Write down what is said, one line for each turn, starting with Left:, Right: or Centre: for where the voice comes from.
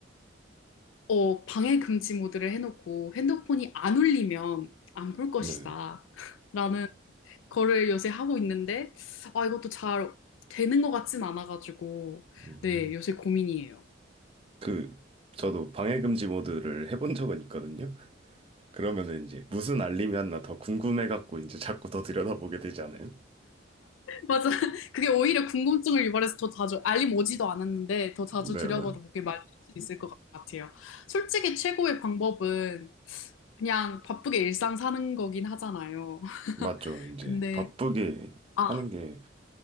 Left: 어, 방해 금지 모드를 해놓고 핸드폰이 안 울리면 안 볼 것이다.
Right: 네.
Left: <laughs> 라는 거를 요새 하고 있는데, 아, 이것도 잘 되는 것 같진 않아가지고,
Right: 음.
Left: 네, 요새 고민이에요.
Right: 그 저도 방해금지 모드를 해본 적은 있거든요. 그러면은 이제 무슨 알림이 왔나 더 궁금해갖고 이제 자꾸 더 들여다보게 되지 않아요?
Left: 맞아. <laughs> 그게 오히려 궁금증을 유발해서 더 자주, 알림 오지도 않았는데 더 자주
Right: 네,
Left: 들여다보게
Right: 맞아요.
Left: 만들 수 있을 것 같아요. 솔직히 최고의 방법은 그냥 바쁘게 일상 사는 거긴 하잖아요. <laughs>
Right: 맞죠. 이제
Left: 근데,
Right: 바쁘게
Left: 아,
Right: 하는 게